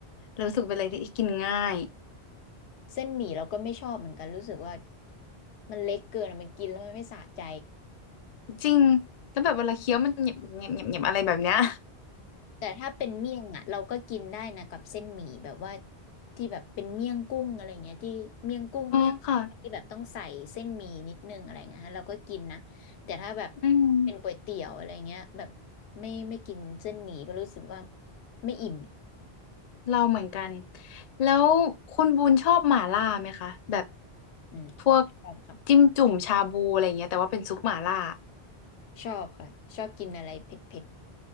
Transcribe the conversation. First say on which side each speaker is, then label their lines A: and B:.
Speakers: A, on the left (about 50°); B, on the left (about 80°).
A: เรารู้สึกเป็นอะไรที่กินง่าย
B: เส้นหมี่เราก็ไม่ชอบเหมือนกันรู้สึกว่ามันเล็กเกินอะมันกินแล้วมันไม่สะใจ
A: จริงแล้วแบบเวลาเคี้ยวมันเหนียบเหนียบเหนียบเหนียบอะไรแบบเนี้ย
B: แต่ถ้าเป็นเมี่ยงอ่ะเราก็กินได้นะกับเส้นหมี่แบบว่าที่แบบเป็นเมี่ยงกุ้งอะไรเงี้ยที่เมี่ยงกุ้งเมี่ยงที่แบบต้องใส่เส้นหมี่นิดนึงอะไรเงี้ยฮะเราก็กินนะแต่ถ้าแบบ
A: <laughs> อ๋อค่ะอืม
B: เป็นก๋วยเตี๋ยวอะไรเงี้ยแบบไม่ไม่กินเส้นหมี่เพราะรู้สึกว่าไม่อิ่ม
A: เราเหมือนกัน แล้วคุณบูนชอบหม่าล่าไหมคะแบบ
B: อืม
A: พวก
B: ชอบค่ะ
A: จิ้มจุ่มชาบูอะไรอย่างเงี้ยแต่ว่าเป็นซุปหม่าล่า
B: ชอบค่ะชอบกินอะไรเผ็ดเผ็ด